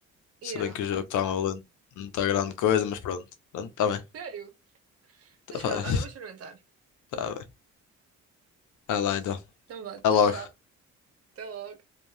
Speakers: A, on the right (about 50°); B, on the left (about 80°).
A: Yeah,
B: Se bem que o jogo está valendo, não está grande coisa, mas pronto. Pronto, está bem.
A: sério?
B: Está
A: Deixa eu experimentar,
B: tá fa-
A: olha, vou experimentar.
B: <laughs> tá bem. Vai lá então.
A: Então vá,
B: Até
A: tchau,
B: logo.
A: tchau. Até logo.